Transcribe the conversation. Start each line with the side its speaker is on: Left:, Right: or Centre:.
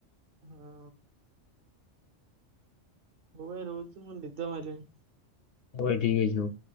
Right: ହଁ। ହଉ ଭାଇ ରହୁଚି ମୁଁ ନିଦ ମାଇଲାଣି।
Left: ହଉ ଭାଇ ଠିକ୍ ଅଛି ହଉ।